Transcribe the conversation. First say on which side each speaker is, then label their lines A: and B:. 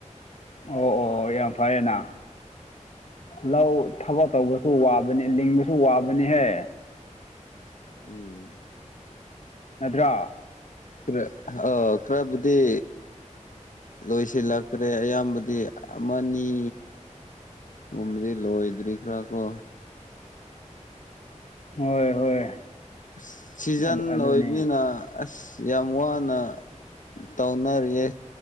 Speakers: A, on the left; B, on the left.
A: ꯑꯣ ꯑꯣ ꯑꯣ ꯌꯥꯝ ꯐꯔꯦꯅꯥ꯫ ꯂꯧ ꯊꯕꯛ ꯇꯧꯕꯁꯨ ꯋꯥꯕꯅꯤ ꯂꯤꯡꯕꯁꯨ ꯋꯥꯕꯅꯤꯍꯦ
B: ꯎꯝ
A: ꯅꯠꯇ꯭ꯔꯥ
B: ꯈꯔ ꯑ ꯈꯔꯕꯨꯗꯤ ꯂꯣꯏꯁꯤꯜꯂꯛꯇ꯭ꯔꯦ ꯑꯌꯥꯝꯕꯗꯤ ꯑꯃꯅꯤ ꯨꯒꯨꯝꯕꯗꯤ ꯂꯣꯏꯗ꯭ꯔꯤ ꯈ꯭ꯔꯥ ꯀꯣ
A: ꯍꯣꯏ ꯍꯣꯏ
B: ꯑꯁ ꯁꯤꯖꯟ
A: ꯑꯗꯨ ꯑꯗꯨꯅꯦ
B: ꯑꯣꯏꯕꯅꯤꯅ ꯑꯁ ꯌꯥꯝ ꯋꯥꯅ ꯇꯧꯅꯔꯤꯌꯦ